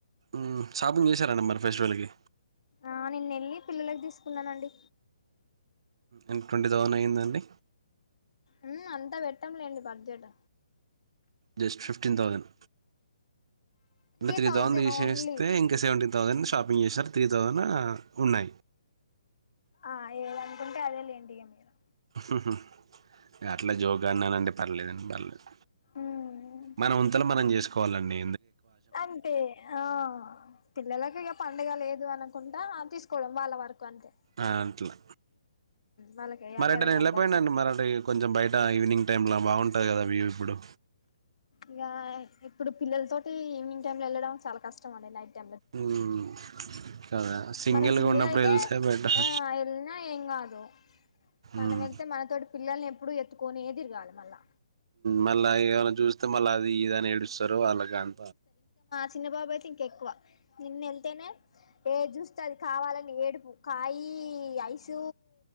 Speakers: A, on the right (about 45°); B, on the left (about 55°).
A: మ్మ్ షాపింగ్ చేశారండి మరి ఫెస్టివల్కి
B: ఆ నిన్న వెళ్ళి పిల్లలకి తీసుకొ తీసుకున్నానండి.
A: ఎంత? ట్వంటీ థౌజన్ అయ్యిందండి.
B: మ్! అంతా పెట్టంలేండి బడ్జెట్.
A: జస్ట్ ఫిఫ్టీన్ థౌజండ్ అంటే త్రీ
B: థౌజండ్
A: థౌసండ్ తీసేస్తే
B: ఓన్లీ
A: ఇంకా సెవెంటీన్. థౌజండ్ షాపింగ్ చేసారు. త్రీ థౌజండ్ ఉన్నాయి.
B: ఆ ఏలని? అంటే అదే లేండి ఏం లేవు.
A: హ్మ్! హూ! అట్లా జోగా అన్నానండి పర్లేదండి పర్లేదు
B: ఉమ్
A: మన ఉంతలో మనం చేసుకుం. కావాలండి.
B: అంతే! ఆ పిల్లలకు ఇక పండగ లేదు అనకు. చెప్పకుండా తీసుకోవడం వాళ్ళ వరకు. అంతే
A: ఆ అట్లా!
B: వాళ్ళకి వేయాలి
A: మరి
B: కదా
A: ఎటైన
B: కంపల్సరీ
A: ఎళ్లకపోయనుండు బయట కొంచెం ఈవినింగ్. టైమ్ంలో బాగుంటుంది కదా వ్యూ ఇప్పుడు.
B: ఇక, ఇప్పుడు పిల్లల తోటి ఈవినింగ్ టైమ్ లో వెళ్ళడం చాలా కష్టం అండి నైట్.
A: మ్మ్. కదా సింగిల్గా
B: మనం సింగర్
A: ఉన్నప్పుడు
B: అయితే
A: వెళ్తే బెటర్
B: ఆ వెళ్ళినా ఏం కాదు. మనం
A: మ్మ్.
B: వెళ్తే మనతోటి పిల్లల్ని ఎప్పుడు ఎత్తుకోనే తిరగాలి. మళ్ళా
A: మళ్ళా ఇగ చూస్తే మళ్ళీ అది ఇదని ఏడుస్తారు వాళ్ళకాన.
B: చిన్నబాబు అయితే ఇంక ఎక్కువ. నిన్న వెళ్తేనే ఏది చూస్తే అది కావాలని ఏడుపు కాయి, ఐస్,